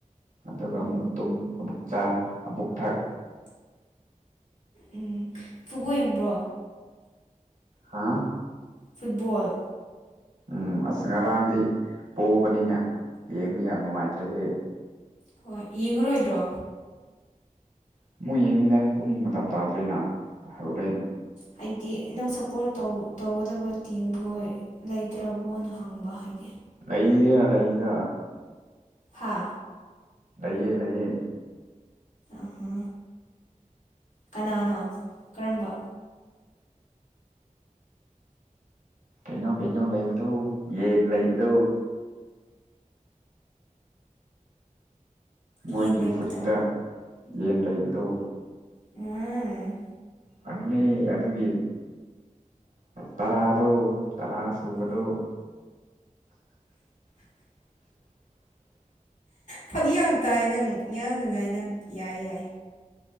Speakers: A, on the right; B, on the left.
A: ꯑꯗꯨꯒ ꯑꯃꯨꯛ ꯇꯨꯝ ꯑꯃꯨꯛ ꯆꯥ ꯑꯃꯨꯛ ꯊꯛ
B: ꯎꯝ ꯐꯨꯠꯕꯣꯜ ꯌꯦꯡꯕ꯭ꯔꯣ
A: ꯍꯥ
B: ꯐꯨꯠꯕꯣꯜ
A: ꯎꯝ ꯑꯁ ꯉꯔꯥꯡꯗꯤ ꯄꯣꯕꯅꯤꯅ ꯌꯦꯡꯕ ꯌꯥꯝ ꯅꯨꯡꯉꯥꯏꯇ꯭ꯔꯦꯍꯦ
B: ꯍꯣꯏ ꯌꯦꯡꯉꯔꯣꯏꯗ꯭ꯔꯣ
A: ꯑꯃꯨꯛ ꯌꯦꯡꯅꯤꯗ ꯄꯨꯡ ꯃꯇꯝ ꯇꯥꯗ꯭ꯔꯤꯅ ꯍꯣꯔꯦꯟ
B: ꯍꯥꯏꯗꯤ ꯅꯪ ꯁꯞꯄꯣꯔꯠ ꯇꯧꯒꯗꯕ ꯇꯤꯝꯈꯣꯏ ꯂꯩꯇ꯭ꯔꯕꯣꯅ ꯍꯪꯕ ꯍꯥꯏꯗꯤ
A: ꯂꯩꯗ ꯂꯩꯗ
B: ꯍꯥ
A: ꯂꯩꯌꯦ ꯂꯩꯌꯦ
B: ꯑ ꯀꯅꯥꯅꯣ ꯀꯔꯝꯕ
A: ꯀꯩꯅꯣ ꯀꯩꯅꯣ ꯂꯩꯕꯗꯨ ꯌꯦꯟ ꯂꯩꯕꯗꯧ ꯃꯣꯏꯒꯤ
B: ꯌꯦꯟ ꯂꯩꯕꯗꯣ
A: ꯐꯨꯔꯤꯠꯇ ꯌꯦꯟ ꯂꯩꯕꯗꯨ
B: ꯎꯝ
A: ꯑꯗꯨꯅꯤ ꯑꯗꯨꯒꯤ ꯇꯔꯥꯗꯣ ꯇꯔꯥ ꯁꯨꯕꯗꯣ <inaudible>
B: ꯐꯥꯒꯤ ꯌꯥꯝ ꯇꯧꯏ ꯅꯪ ꯌꯥꯝ ꯅꯨꯡꯉꯥꯏ ꯅꯪ ꯌꯥꯏ ꯌꯥꯏ